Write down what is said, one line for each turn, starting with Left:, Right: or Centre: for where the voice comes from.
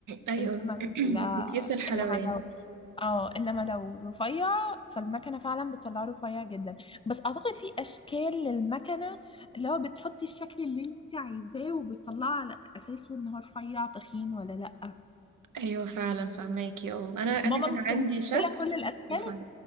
Right: ايوه
Left: انما
Right: <clears throat>
Left: لا
Right: بكيس الحلواني
Left: انما لو اه انما لو رفيع فالمكنه فعلا بتطلعه رفيع جدا بس اعتقد في اشكال للمكنه اللي هو بتحطي الشكل اللي انت عايزاه وبتطلعه على اساسه ان هو رفيع تخين ولا لا
Right: ايوه فعلا فهماكي اه انا
Left: بس
Right: انا
Left: ماما
Right: كان
Left: مكنسله
Right: عندي شكل
Left: كل الاشكال
Right: رفيع